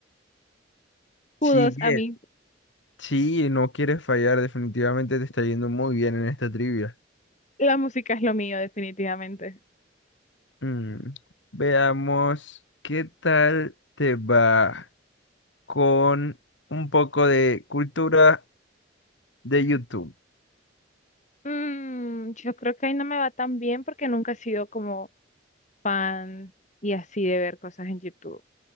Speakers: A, on the left; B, on the left.
A: Kudos
B: Sí, Yes.
A: a mí,
B: sí, no quiere fallar. Definitivamente te está yendo muy bien en esta trivia.
A: la música es lo mío, definitivamente.
B: Mm, Veamos qué tal te va con un poco de cultura de YouTube.
A: Mm, yo creo que ahí no me va tan bien porque nunca he sido como fan y así de ver cosas en YouTube.